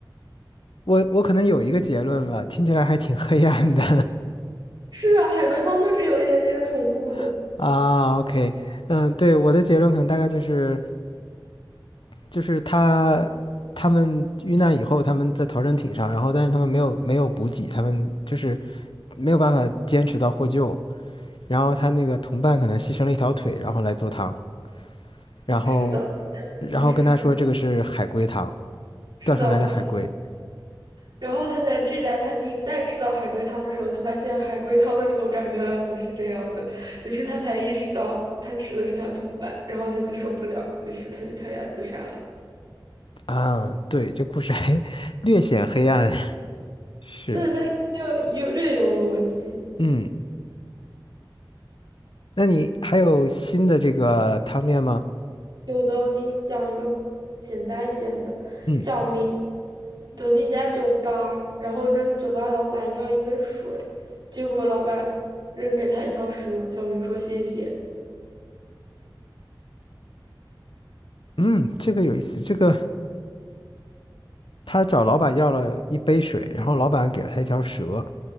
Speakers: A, on the left; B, on the right.
A: 我我可能有一个结论了，听起来还挺黑暗的
B: 是啊，海龟汤都是有一点点恐怖的。
A: <laughs> 啊。OK，嗯，对，我的结论可能大概就是就是他他们遇难以后，他们在逃生艇上，然后但是他们没有没有补给，他们就是没有办法坚持到获救，然后他那个同伴可能牺牲了一条腿，然后来做汤，然后
B: 是的，
A: 然后跟他说这个是海龟汤，
B: 他是海，是的，
A: 钓上来的海龟
B: 嗯。然后他在这家餐厅再吃到海龟汤的时候，就发现海龟汤的口感原来不是这样的，于是他才意识到他吃的是他的同伴，然后他就受不了，于是他就跳崖自杀了。
A: 啊。对，这故事还 <laughs> 略显黑暗，<laughs> 是，
B: 对，但是他又有略有逻辑。
A: 嗯。那你还有新的这个汤面吗？
B: 有的，我给你讲一个简单一点的。
A: 嗯
B: 小明走进一家酒吧，然后跟酒吧老板要一杯水，结果老板扔给他一条蛇。小明说谢谢。
A: 嗯，这个有意思。这个他找老板要了一杯水，然后老板给了他一条蛇，